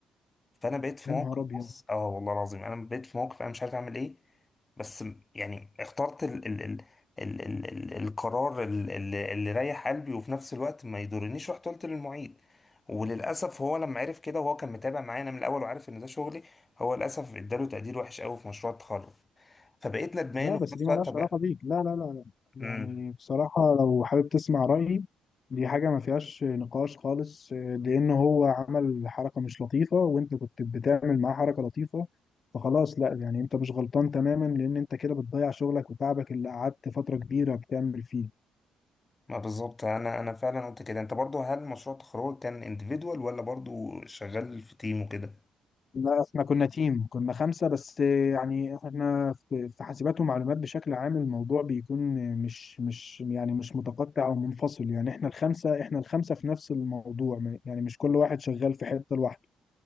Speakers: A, on the left (about 25°); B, on the left (about 45°).
A: فانا بقيت في
B: يا
A: موقف
B: نهار ابيض
A: بص اه والله العظيم انا بقيت في موقف انا مش عارف اعمل ايه بس م- يعني اخترت ال ال ال ال ال ال القرار ال- ال- اللي يريح قلبي وفي نفس الوقت ما يضرنيش رحت قلت للمعيد وللاسف هو لما عرف كده وهو كان متابع معايا انا من الاول وعارف ان ده شغلي هو للاسف اداله تقدير وحش قوي في مشروع التخرج فبقيت ندمان
B: لا
A: وفي
B: بس
A: نفس
B: دي مالهاش
A: الوقت طب
B: علاقه بيك لا لا لا لا. يعني
A: امم
B: بصراحه لو حابب تسمع رايي دي حاجه ما فيهاش نقاش خالص آه، لان هو عمل حركه مش لطيفه وانت كنت بتعمل معاه حركه لطيفه فخلاص لا يعني انت مش غلطان تماما لان انت كده بتضيع شغلك وتعبك اللي قعدت فتره كبيره بتعمل فيه
A: ما بالظبط انا انا فعلا قلت كده انت برضو هل مشروع التخرج كان individual ولا برضو شغال في تيم وكده
B: لا احنا كنا تيم كنا خمسة بس يعني احنا في في حاسبات ومعلومات بشكل عام الموضوع بيكون مش مش يعني مش متقطع او منفصل يعني احنا الخمسة احنا الخمسة في نفس الموضوع ما- يعني مش كل واحد شغال في حتة لوحده